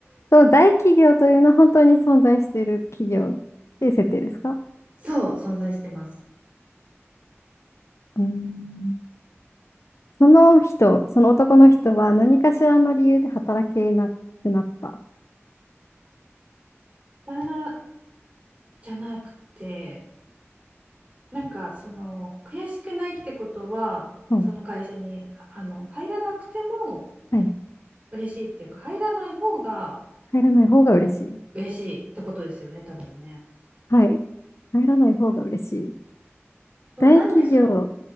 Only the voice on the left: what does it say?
その大企業というのは本当に存在している企業っていう設定ですか
うーんその人、その男の人は何かしらの理由で働けなくなった。
はい。
はい。
入らない方が嬉しい。
はい。入らない方が嬉しい。
大企業、